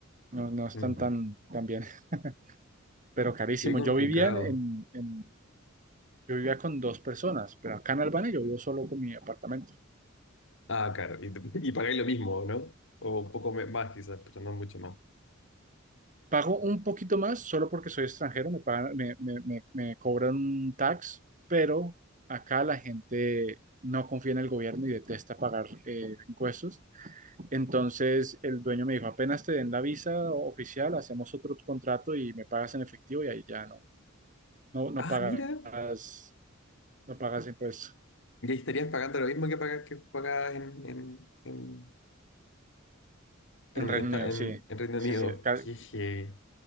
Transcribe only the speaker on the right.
No, no están
tan, tan bien, <laughs> pero carísimo.
Yo vivía en, en- en- yo vivía con dos personas, pero acá en Albania yo vivo solo con mi apartamento.
Pago un poquito más solo porque soy extranjero, me pagan- me, me- me- me cobran un tax, pero acá la gente no confía en el gobierno y detesta pagar eh, impuestos. Entonces el dueño me dijo, apenas te den la visa oficial, hacemos otro contrato y me pagas en efectivo y ahí ya no, no, no
pagas,
no pagas impuestos.
En
Reino
Unido,
sí,
sí,
sí, ca-